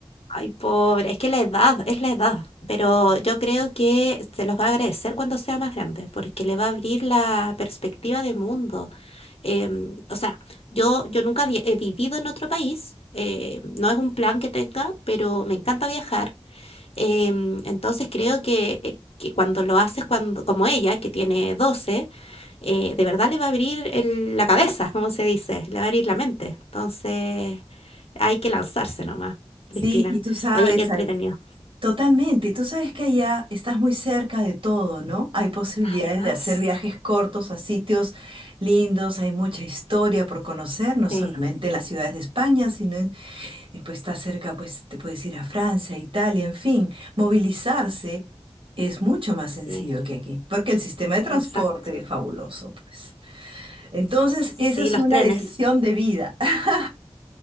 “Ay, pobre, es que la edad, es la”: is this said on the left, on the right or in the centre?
Left